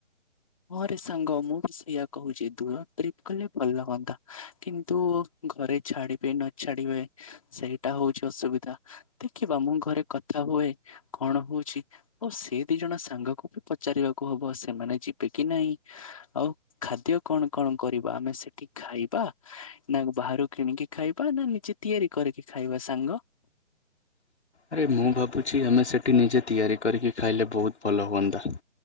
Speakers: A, on the left; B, on the left.
A: ହଁରେ ସାଙ୍ଗ ମୁଁ ବି ସେଇୟା କହୁଛି ଦୂର ଟ୍ରିପ କଲେ ଭଲ ହୁଅନ୍ତା କିନ୍ତୁ ଘରେ ଛାଡିବେ ନଛାଡିବେ ସେଇଟା ହଉଛି ଅସୁବିଧା। ଦେଖିବା ମୁଁ ଘରେ କଥା ହୁଏ କଣ ହଉଛି ଆଉ ସେ ଦି ଜଣ ସାଙ୍ଗକୁ ବି ପଚାରିବାକୁ ହବ ସେମାନେ ଯିବେ କି ନାହିଁ ଆଉ ଖାଦ୍ୟ କଣ କଣ କରିବା ଆମେ ସେଠି ଖାଇବା ନା ବାହାରୁ କିଣିକି ଖାଇବା ନା ନିଜେ ତିଆରି କରିକି ଖାଇବା ସାଙ୍ଗ।
B: ଆରେ ମୁଁ ଭାବୁଛି ଆମେ ସେଇଠି ନିଜେ ତିଆରି କରିକି ଖାଇଲେ ବହୁତ ଭଲ ହୁଅନ୍ତା।